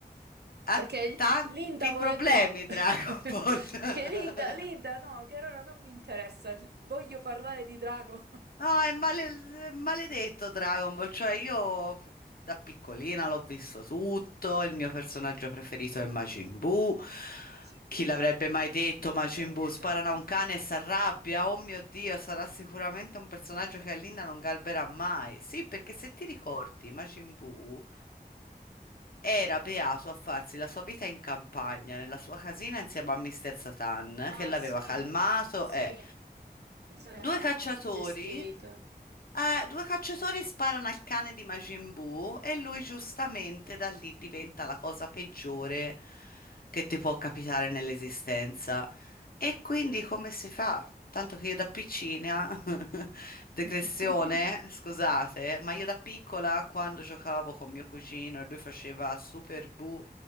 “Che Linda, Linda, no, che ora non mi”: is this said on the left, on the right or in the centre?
Right